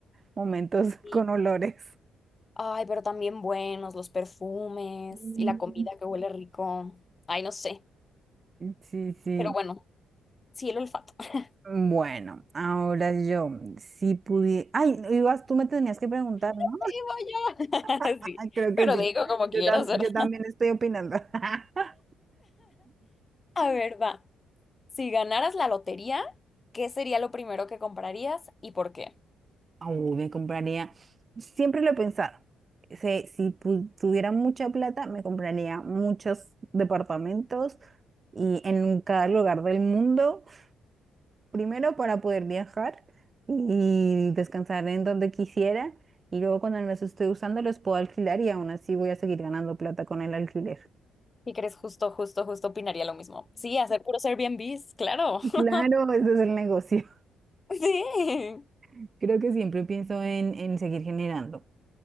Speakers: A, on the right; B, on the left.
A: momentos <laughs>
B: sí.
A: con olores.
B: Ay, pero también buenos los perfumes
A: Mm,
B: y la comida que huele rico. Ay, no sé.
A: Sí, sí.
B: Pero bueno, sí, el olfato. <laughs>
A: Bueno, ahora yo, si pudiera... Ay, ibas, tú me tenías que preguntar, ¿no?
B: Ahí voy
A: <laughs>
B: yo. <laughs> Sí,
A: Creo que
B: pero
A: yo,
B: digo como quieras,
A: yo, tam-
B: ¿verdad?
A: yo también estoy opinando. <laughs>
B: A ver, va. Si ganaras la lotería, ¿qué sería lo primero que comprarías y por qué?
A: Uy, me compraría, siempre lo he pensado, se- si pu- tuviera mucha plata, me compraría muchos departamentos y en cada lugar del mundo. primero para poder viajar y descansar en donde quisiera y luego cuando no los estoy usando los puedo alquilar y aún así voy a seguir ganando plata con el alquiler.
B: ¿Y crees justo, justo, justo opinaría lo mismo? Sí, hacer puros Airbnbs, claro.
A: Claro,
B: <laughs>
A: ese es el negocio.
B: Sí.
A: <laughs> Creo que siempre pienso en, en seguir generando.